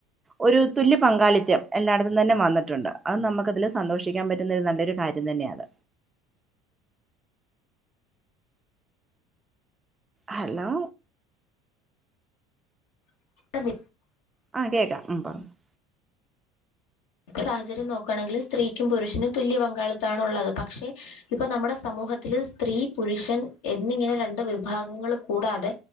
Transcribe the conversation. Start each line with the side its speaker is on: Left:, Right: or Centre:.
Right: ഒരു തുല്യ പങ്കാളിത്ത്യം എല്ലായിടത്തും തന്നെ വന്നിട്ടുണ്ട്. അത് നമുക്ക് അതില് സന്തോഷിക്കാൻ പറ്റുന്നൊരു നല്ലൊരു കാര്യം ഇത്‌ തന്ന്യെത്. ഹലോ
Left: <unintelligible>
Right: ആ കേക്കാം. ഉം പറ്ഞ്ഞൊ --
Left: സാഹചെര്യം നോക്കാണെങ്കില് സ്ത്രീക്കും പുരുഷനും തുല്യ പങ്കാളിത്താണൊള്ളത്. പക്ഷെ ഇപ്പ നമ്മെടെ സമൂഹത്തില് സ്ത്രീ പുരുഷൻ എന്നിങ്ങനെ രണ്ട് വിഭാഗങ്ങളും കൂടാതെ.